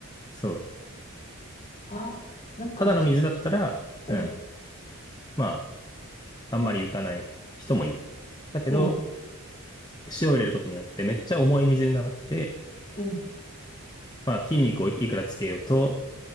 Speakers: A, on the left; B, on the left.
A: そう。
B: ああ、なんか私、
A: ただの水だったら、
B: うん、
A: うん、まあ、あんまり浮かない人もいる。だけど、
B: うん、
A: 塩を入れることによってめっちゃ重い水になって、
B: うん。
A: まあ筋肉をいくらつけようと、